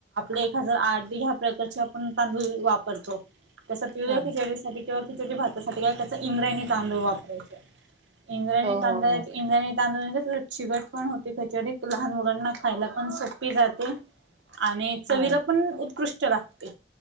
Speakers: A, on the right (about 85°); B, on the right (about 35°).
A: एक हजार आठ ह्या प्रकारचे आपण तांदूळ वापरतो त्या
B: हा
A: किंवा खिचडी भातासाठी काय करायचं इंद्रयणी तांदूळ वापरायचे. इंद्रणीतांदळ
B: हो हो
A: इंद्रणी
B: हो
A: तांदूळ - तांदूळाने कस चिवट पण होते खचडी लहान मुलांना खायला पण सोपी जाते आणि चवीला
B: हा
A: पण उत्कृष्ट लागते